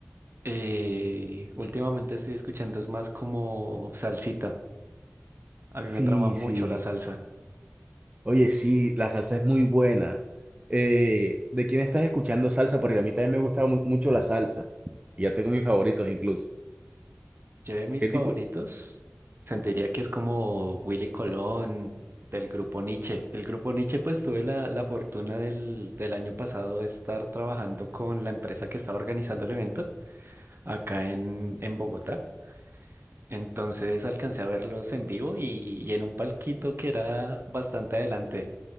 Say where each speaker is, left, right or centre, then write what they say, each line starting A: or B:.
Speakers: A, on the right (about 55°); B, on the right (about 30°).
A: eh, últimamente estoy escuchando es más como salsita. A mí
B: Sí,
A: me trama mucho
B: sí.
A: la salsa.
B: Oye, sí, la salsa es muy buena. Eh, ¿de quién estás escuchando salsa? Porque a mí también me gusta mu- mucho la salsa. Y ya tengo mis favoritos incluso.
A: Yo de mis
B: ¿Qué
A: favoritos
B: tipo?
A: sentiría que es como Willy Colón del grupo Nietzsche. El grupo Nietzsche pues tuve la, la fortuna del, del año pasado de estar trabajando con la empresa que estaba organizando el evento acá en, en Bogotá. Entonces alcancé a verlos en vivo y, y en un palquito que era bastante adelante.